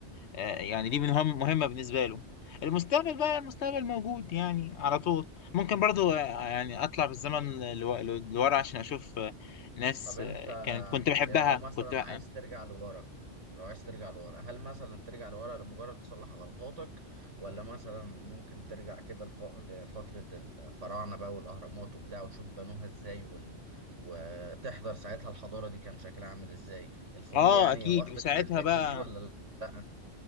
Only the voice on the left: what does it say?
آه، يعني دي مهم مهمة بالنسبة له المستقبل بقى المستقبل موجود يعني على طول ممكن برضو آه، يعني أطلع بالزمن لو- لو- لورا عشان أشوف آه، ناس
آه، كانت كنت بحبها
كنت بقى
آه
أكيد
وساعتها
بقى